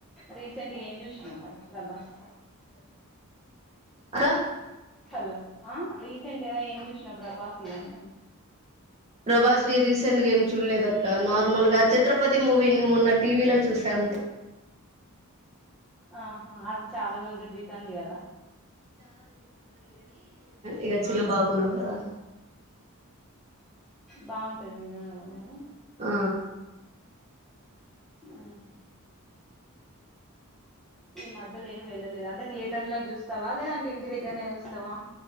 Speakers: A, in the centre; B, on the right (about 30°).
A: రీసెంట్గా ఏం చూసినావ్ మరి ప్రభాస్
B: అక్క
A: హలో ఆహ్ రీసెంట్ గా ఎమ్ జూశినవ్ ప్రభాస్ అంటన
B: ప్రభాస్వి రీసెంట్ గా ఏమి చూలేదక్క నార్మల్ గా ఛత్రపతి మూవీని మొన్న టీవీలో చూసా ఇంకా
A: ఆహా అది చాలా రోజుల క్రితం ది గదా
B: ఇగ చిన్న బాబున్నడు గదా
A: బావుంటది నిజంగ గుడా గనీ
B: అ
A: ఆహా ఈ మధ్యలో ఏం వెళ్ళలేద అంటే థియేటర్ లో జూస్తావా లేదంటే ఇంటి దగ్గర్నే చూస్తావా